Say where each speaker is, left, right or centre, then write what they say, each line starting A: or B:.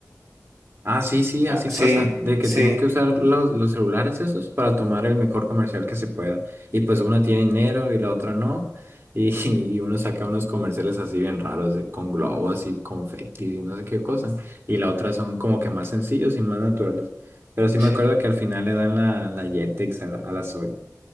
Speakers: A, on the right; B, on the right.
A: Ah, sí, sí,
B: Ah,
A: así
B: sí,
A: pasa, de que
B: sí,
A: tienen que usar los, los celulares esos para tomar el mejor comercial que se pueda. Y pues una tiene dinero y la otra no. Y, <laughs> y uno saca unos comerciales así bien raros, de, con globos y confetis y no sé qué cosa. Y la otra son como que más sencillos y más naturales. Pero sí
B: sí,
A: me acuerdo que al final le dan la, la Jetex a, la- a la Zoe.